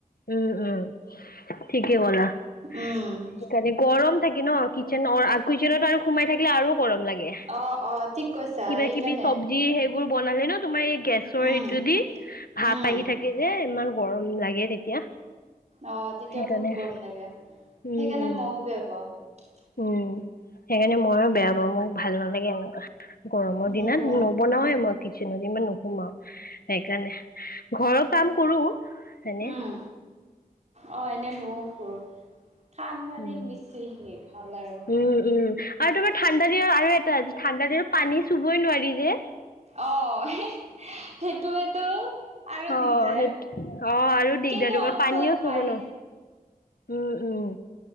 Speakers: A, on the left; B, on the right.
A: উম, উম, ঠিকে ক'লা।
B: উম
A: সেইকাৰণে গৰম থাকে ন কিচেন? কিচেনত আৰু সোমাই থাকে আৰু গৰম লাগে
B: অ', অ', ঠিক কৈছা
A: কিবা-কিবি
B: সেইকাৰণে
A: চবজি সেইবোৰ তোমাৰ এই গেছৰ
B: উম,
A: এইটো দি ভাপ
B: উম।
A: আহি থাকে। এ ইমান গৰম লাগে তেতিয়া।
B: অ', তেতিয়া
A: সেইকাৰণে
B: বহুত গৰম লাগে সেইকাৰণে
A: উম, উম।
B: ময়ও বেয়া পাওঁ।
A: উম সেইকাৰণে ময়ো বেয়া পাওঁ মোক ভাল নালাগে এনেকুৱা। গৰমৰ দিনত
B: মোকো
A: নবনাওে মই কিচেনত ইমান নোসোমাও সেইকাৰণে ঘৰৰ কাম কৰু এনে।
B: উম। অ', এনে ময়ো কৰু ঠাণ্ডা
A: উম
B: দিন বেছি হেৰি ভাল আৰু।
A: উম উম আৰু তোমাৰ ঠাণ্ডা দিনত আৰু এটা আ ঠাণ্ডা দিনত পানী চুবই নোৱাৰি যে।
B: অ', সেইটোৱেতো। আৰু
A: অ',
B: দিগদাৰ
A: সেইটো অ', আৰু দিগদাৰ
B: কিন্তু
A: তোমাৰ
B: অলপ
A: পানীও
B: চলপ
A: চুবলৈ
B: পাৰি
A: উম'-উম',